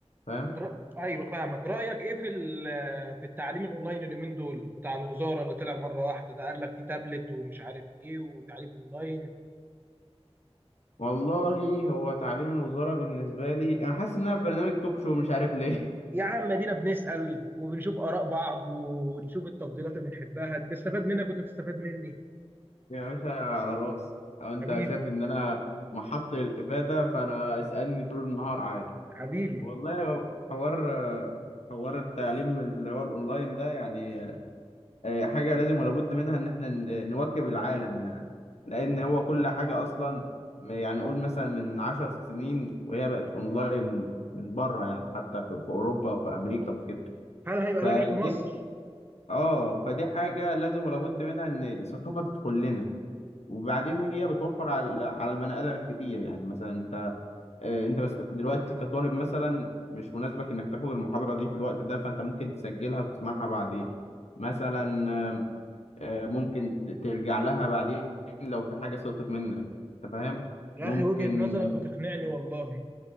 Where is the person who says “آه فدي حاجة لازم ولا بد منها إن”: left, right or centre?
Left